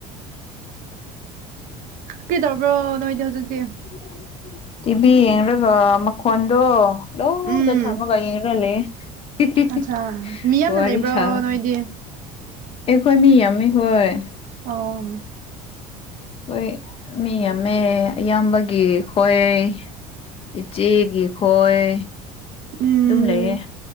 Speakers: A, on the right (about 50°); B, on the left (about 35°).
A: ꯀ꯭ꯔꯤ ꯇꯧꯕ꯭ꯔꯣ ꯅꯣꯏꯗꯤ ꯍꯧꯖꯤꯛꯇꯤ
B: <inaudible> ꯇꯤꯚꯤ ꯌꯦꯡꯔꯒ ꯃꯈꯣꯟꯗꯣ ꯂꯣꯗ
A: ꯎꯝ
B: ꯊꯝꯔꯒ ꯌꯦꯡꯔ ꯂꯩꯌꯦ ꯍꯤꯍꯤꯍꯤ
A: ꯑꯠꯆꯥ ꯃꯤ ꯌꯥꯝꯅ
B: ꯋꯥꯔꯤ
A: ꯂꯩꯕ꯭ꯔꯣ
B: ꯁꯥꯕ
A: ꯅꯣꯏꯗꯤ
B: ꯑꯩꯈꯣꯏ ꯃꯤ ꯌꯥꯝꯃꯤ ꯍꯣꯏ
A: ꯑꯣ
B: ꯍꯣꯏ ꯃꯤ ꯌꯥꯝꯃꯦ ꯑꯌꯥꯝꯕꯒꯤ ꯈꯣꯏ ꯏꯆꯦꯒꯤ ꯈꯣꯏ
A: ꯎꯝ
B: ꯑꯗꯨꯝ ꯂꯩꯌꯦ